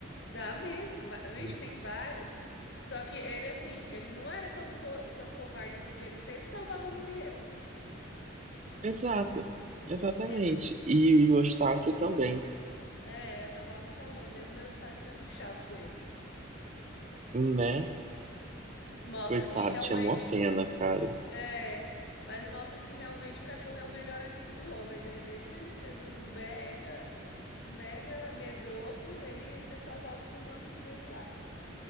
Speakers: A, on the left; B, on the right.
A: Dá mesmo, ma-
B: Muita...
A: ixi, tem vários. Só que ele, assim, ele não era tão, co- tão covarde assim, que ele sempre salvava Muriel.
B: Exato, exatamente.
A: Esse,
B: E o Eustáquio também,
A: é, acabava salvando, mesmo eu estar sendo chato com ele.
B: né?
A: Mostra
B: Coitado,
A: que realmente
B: tinha mó pena, cara.
A: é, mas mostra que realmente o cachorro é o melhor amigo do homem, né? Mesmo ele sendo mega, mega medroso, ele ainda salvava os humanos dele lá,